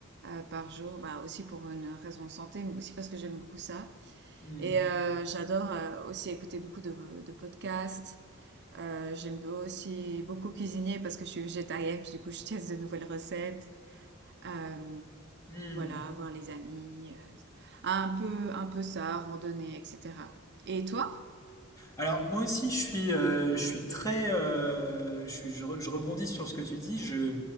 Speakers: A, on the right; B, on the left.
A: euh, par jour. Bah, aussi pour une raison de santé, mais aussi parce que j'aime beaucoup ça.
B: Hmm.
A: Et euh, j'adore euh, aussi écouter beaucoup de, de podcasts. Euh, j'aime aussi beaucoup cuisiner parce que je suis végétarienne, puis du coup, je teste de nouvelles recettes. Euh,
B: Hmm.
A: voilà, voir les amis, euh, un peu, un peu ça, randonnée, etc. Et toi?
B: Alors moi aussi je suis, euh, je suis très, euh, je, suis, je, re- je rebondis sur ce que tu dis. Je,